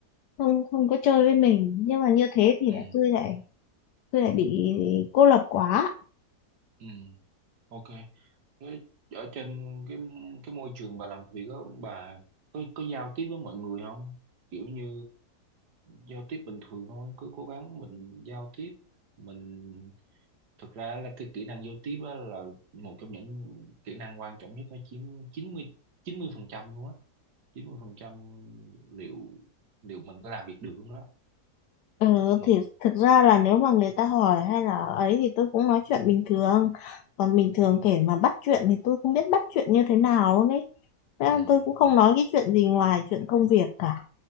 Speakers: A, on the left; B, on the right.
A: không không có chơi với mình nhưng mà như thế thì
B: Ừ.
A: lại tôi lại tôi lại bị cô lập quá
B: Ừ. Ok. Với- ở trên cái cái môi trường bà làm việc đó bà có có giao tiếp với mọi người không kiểu như giao tiếp bình thường thôi cứ cố gắng mình giao tiếp mình thực ra là cái kỹ năng giao tiếp á là một trong những kỹ năng quan trọng nhất nó chiếm chín mươi chín mươi phần trăm luôn á 90 phần trăm liệu liệu mình có làm việc được không đó
A: ừ,
B: ừ
A: thì thực ra là nếu mà người ta hỏi hay là ấy thì tôi cũng nói chuyện bình thường còn bình thường
B: ừ
A: kể mà bắt chuyện thì tôi không biết bắt chuyện như thế nào luôn ấy Thế
B: ừ
A: nên tôi cũng không
B: ừ,
A: nói cái chuyện gì ngoài chuyện công việc cả